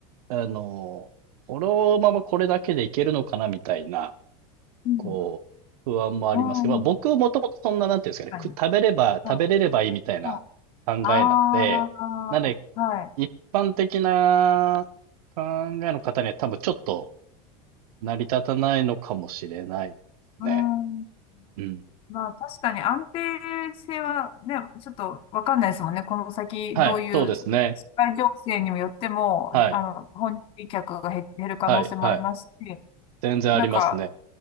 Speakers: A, on the right (about 80°); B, on the left (about 30°).
A: あのーこのままこれだけでいけるのかなみたいな、
B: うん、
A: こう、不安もありますけど、
B: うん、
A: まあ僕もともとそんな、なんていうんですかね、
B: 確かに。
A: く食べれば、
B: はい、
A: 食べれればいいみたいな考えなんで、
B: はい。ああ、
A: なんで、
B: はい。
A: 一般的な考えの方には多分ちょっと成り立たないのかもしれないですね。
B: うん。
A: うん。
B: まあ、確かに安定性はね、ちょっとわかんないですもんね。この先、
A: はい、
B: どういう社会情勢にもよっても、
A: そうですね。はい、
B: あの、訪日客が減減る可能性もありますし、
A: はい、はい。全然ありますね。
B: なんか、